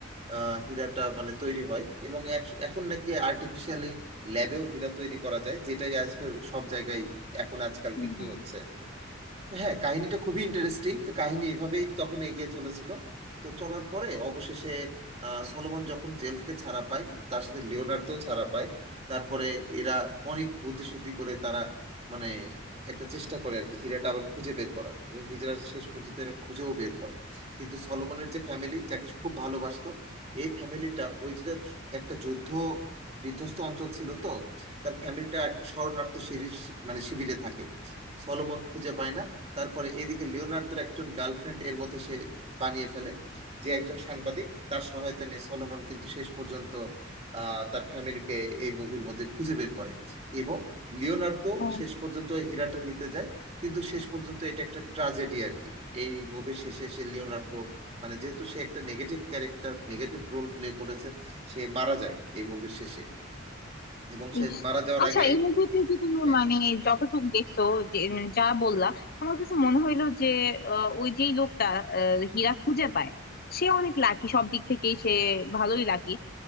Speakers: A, on the right (about 30°); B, on the left (about 50°).
A: আহ, হীরাটা মানে তৈরি হয় এবং এক- এখন নাকি আর্টিফিশিয়ালি ল্যাবেও হীরা তৈরি করা যায় যেটাই আজকাল সব জায়গায় এখন আজকাল বিক্রি
B: হুম
A: হচ্ছে হ্যাঁ কাহিনীটা খুবই ইন্টারেস্টিং তো কাহিনী এভাবেই তখন এগিয়ে চলেছিল তো চলার পরে অবশেষে আহ, সলোমন যখন জেল থেকে ছাড়া পায় তার সাথে লিওনার্দও ছাড়া পায় তারপরে এরা অনেক বুদ্ধিসুদ্ধি করে তারা মানে একটা চেষ্টা করে আর কি হীরাটা আবার খুঁজে বের করার এবং হীরা শেষ পর্যন্ত এরা খুঁজেও বের করে কিন্তু সলোমনের যে ফ্যামিলি যাকে সে খুব ভালোবাসতো এই ফ্যামিলিটা ওই যে একটা যুদ্ধ বিধ্বস্ত অঞ্চল ছিল তো তার ফ্যামিলিটা একটা শরণার্থী শিবির মানে শিবিরে থাকে সলোমন খুঁজে পায় না তারপরে এদিকে লিওনার্দোর একজন গার্লফ্রেন্ড এর মধ্যে সে বানিয়ে ফেলে যে একজন সাংবাদিক তার সহায়তা নিয়ে সলোমন কিন্তু শেষ পর্যন্ত আহ, তার ফ্যামিলিকে এই মুভির মধ্যে খুঁজে বের করে এবং লিওনার্দো
B: হুম
A: শেষ পর্যন্ত ওই হীরাটা নিতে যায় কিন্তু শেষ পর্যন্ত এটা একটা ট্রাজেডি আর কি এই মুভির শেষে সে লিওনার্দো মানে যেহেতু সে একটা negative character negative role play করেছে সে মারা যায় এই মুভির শেষে এবং সে
B: ইস,
A: মারা যাওয়ার
B: আচ্ছা
A: আগে
B: এই মুভিতে কি তুমি
A: হ্যাঁ
B: মানে যতটুকু দেখছো যে উম, যা বললা আমার কাছে মনে হইলো যে আহ, ওই যে লোকটা আহ, হীরা খুঁজে পায় সে অনেক লাকি সব দিক থেকেই সে ভালোই লাকি